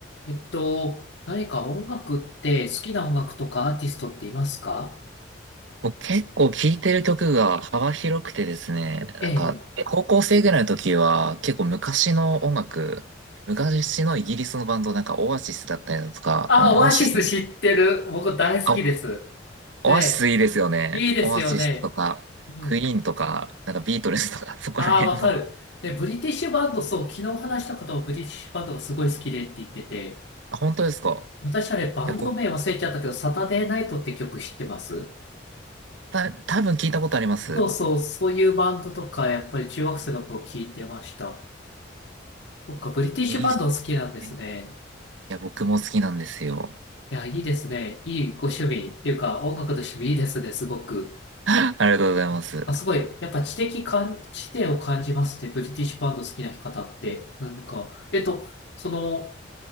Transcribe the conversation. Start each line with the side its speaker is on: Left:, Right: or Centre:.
Left: えっと、何か音楽って好きな音楽とかアーティストっていますか
Right: もう結構聴いてる曲が幅広くてですね、なんか、
Left: ええ。
Right: 高校生ぐらいの時は結構昔の音楽、昔のイギリスのバンド、なんかオアシスだったりだとか、
Left: あ、
Right: まあオアシス、
Left: オアシス知ってる。僕大好きです。
Right: あ、オアシスいいですよね。
Left: で、いいですよね。
Right: オアシスとか、
Left: うん。
Right: クイーンとか、なんかビートルズとか、<laughs> そこら辺の。
Left: ああ、わかる。
Right: あ、
Left: で、ブリティッシュバンド、そう、昨日話した方もブリティッシュバンドがすごい好きでって言ってて、
Right: 本当ですか
Left: 私あれバンド名忘れちゃったけど、
Right: いや、僕、
Left: サタデーナイトって曲知ってます
Right: た、多分聞いたことあります。
Left: そうそう、そういうバンドとか、やっぱり中学生の頃聞いてました。そっか、ブリティッシュバンドお好きなんですね。
Right: いいっすね。いや、僕も好きなんですよ。
Left: いや、いいですね。いいご趣味っていうか、音楽の趣味いいですね、すごく。
Right: <laughs> ありがとうございます。
Left: あ、すごい。やっぱ知的感、知性を感じますね。ブリティッシュバンド好きな方って。なんか、えっと、その、